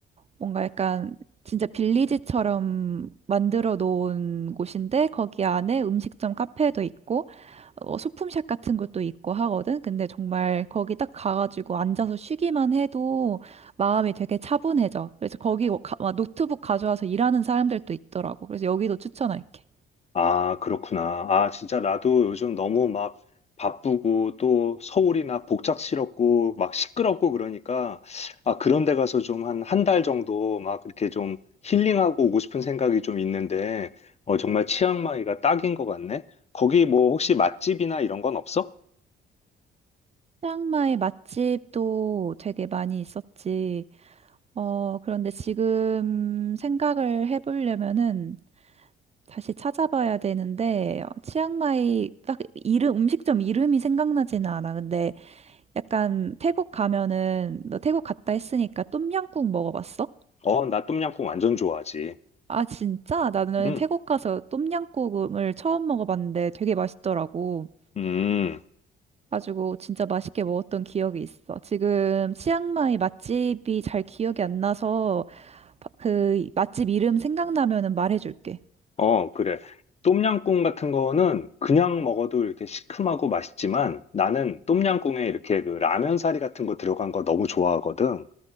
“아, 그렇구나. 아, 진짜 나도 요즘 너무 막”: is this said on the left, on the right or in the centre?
Left